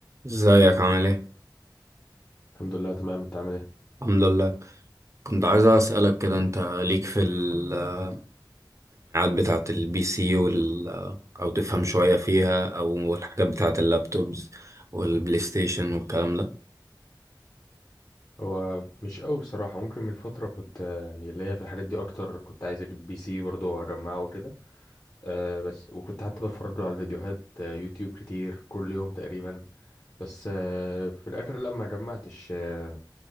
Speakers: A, on the right; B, on the left.
A: ازيك عامل ايه؟
B: الحمد لله تمام انت عامل ايه
A: الحمد لله كنت عايز اسألك كده انت ليك في التجميعات بتاعة البي سي وال او تفهم شوية فيها او الحاجات بتاعة اللابتوبز والبلاي ستيشن والكلام ده
B: هو مش قوي بصراحه ممكن من فتره كنت آه، يعني ليا في الحاجات دي اكتر كنت عايز اجيب بي سي برضه واجمعه وكده أه بس وكنت حتى بتفرج له على الفيديوهات آه، يوتيوب كتير كل يوم تقريبا بس آه، في الاخر لا ما جمعتش آه،